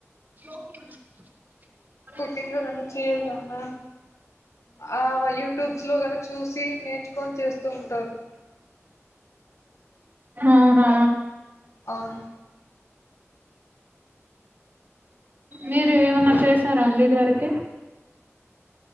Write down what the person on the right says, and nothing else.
<unintelligible>
అవునా
మీరు ఏమన్నా చేసారాండి ఇది వరకి